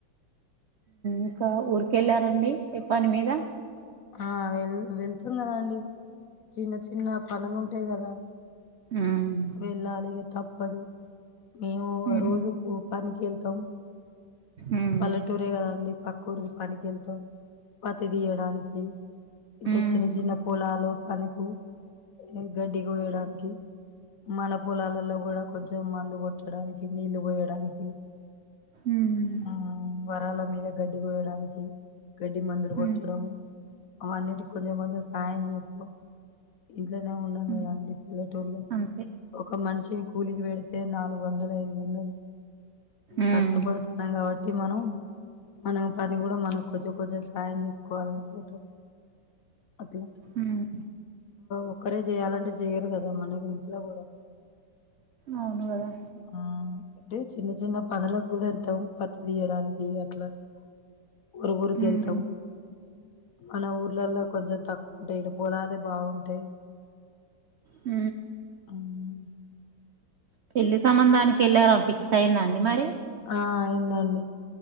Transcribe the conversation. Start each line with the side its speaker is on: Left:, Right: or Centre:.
Right: ఇంకా ఊర్కెళ్ళారండి ఏప్పని మీద
Left: ఆ వెల్ వెళ్తున్నరాండి చిన్న చిన్న పనులు ఉంటాయి కదా
Right: ఉమ్
Left: వెళ్ళాలి ఇగ తప్పదు మేము
Right: ఉమ్
Left: రోజుకు పనికి వెళ్తాం
Right: ఉమ్
Left: పల్లెటూరే కదాండి పక్క ఊరికి పనికి వెళ్తాం పతి తీయడానికి ఇంత
Right: ఉమ్
Left: చిన్న చిన్న పొలాలు పనుకు ఇది గడ్డి కోయడానికి మన పొలాలలో కూడా కొంచెం మందు కొట్టడానికి నీళ్లు పోయడానికి
Right: ఉమ్
Left: ఊ వరాల మీద గడ్డి కోయడానికి గడ్డి మందులు
Right: ఉమ్
Left: కొట్టడం అవన్నిటి కొంచెం కొంచెం సాయం చేస్తూ ఇంట్లోనే ఉన్నాం
Right: ఉమ్
Left: కదా అండి పిల్లటూర్లో
Right: అంతే
Left: ఒక మనిషిని కూలికి పెడితే నాలుగు వందలు ఐదు వందలు
Right: ఉమ్
Left: కష్టపడుతాన్నాం కాబట్టి మనం మనం పని కూడా మనం కొంచెం కొంచెం సాయం చేసుకోవాలనుకుతాం అట్లా
Right: ఉమ్
Left: ఒకక్కరే చేయాలంటే చెయరు కదా మనకి ఇంట్లో కూడా
Right: అవును కదా
Left: ఆ అంటే చిన్న చిన్న పనులకు కూడా వెళ్తాం పత్త తీయడానికి అట్లా అట్లా ఉఊరు ఊరుక
Right: ఉమ్
Left: వెళ్తాం మన ఊర్లలో కొంచెం తక్కువ ఉంటాయి ఇడ పోలాదే బాగుంటాయి
Right: అ
Left: ఉమ్,
Right: పెళ్లి సంబంధానికి వెళ్ళారా ఫిక్స్ అయిందా అండి మరి
Left: ఆ అయిందండి